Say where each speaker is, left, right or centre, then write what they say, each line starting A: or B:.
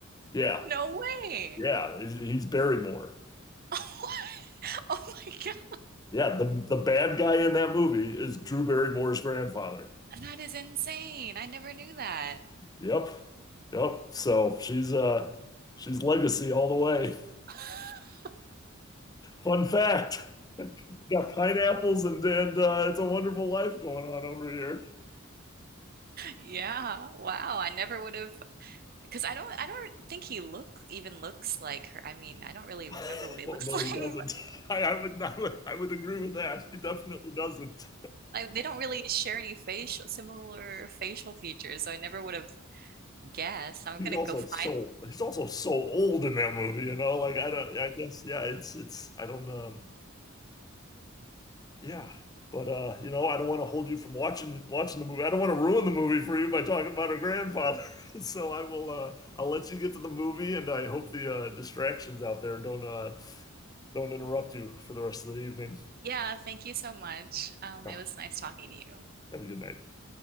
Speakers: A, on the left; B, on the right.
A: Yeah.
B: No way.
A: Yeah, he's, he's Barrymore.
B: <laughs> Oh my God.
A: Yeah, the the bad guy in that movie is Drew Barrymore's grandfather.
B: That is insane. I never knew that.
A: Yep. Yep. So she's uh she's legacy all the way.
B: <laughs>
A: Fun fact. <laughs> Got pineapples and and uh, it's a wonderful life going on over here.
B: Yeah. Wow. I never would have because I don't I don't think he look even looks like her. I mean, I don't really
A: <laughs>
B: remember what he
A: Well,
B: looks
A: no,
B: <laughs> like.
A: he doesn't. <laughs> I, I would, I would, I would agree with that. He definitely doesn't.
B: Like they don't really share any facial similar facial features, so I never would have guessed. I'm
A: He's
B: gonna
A: also
B: go find.
A: so, he's also so old in that movie, you know. Like I don't, I guess, yeah, it's, it's, I don't, um, yeah. But uh, you know, I don't want to hold you from watching, watching the movie. I don't want to ruin the movie for you by talking about her grandfather. <laughs> So I will, uh, I'll let you get to the movie, and I hope the uh, distractions out there don't, uh, don't interrupt you for the rest of the evening.
B: Yeah, thank you so much. Um,
A: All
B: it
A: right,
B: was nice talking to you.
A: have a good night.